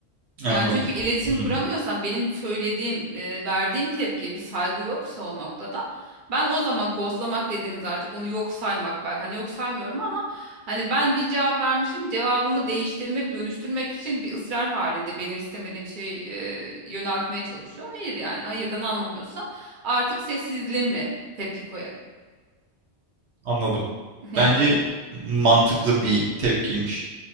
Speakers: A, on the right; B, on the right.
A: anladım.
B: Yani çünkü iletişim
A: Hmm,
B: kuramıyorsan benim söylediğim, e, verdiğim tepkiye bir saygı yoksa o noktada ben o zaman gozlamak dediğimiz artık onu yok saymak belki hani yok saymıyorum ama hani ben bir cevap vermişim cevabımı değiştirmek, dönüştürmek için bir ısrar halinde benim istemediğim şeyi e, yöneltmeye çalışıyor. Hayır yani hayırdan anlamıyorsa artık sessizliğimle tepki koyarım.
A: anladım.
B: <laughs> Yani,
A: Bence mantıklı bir tepkiymiş.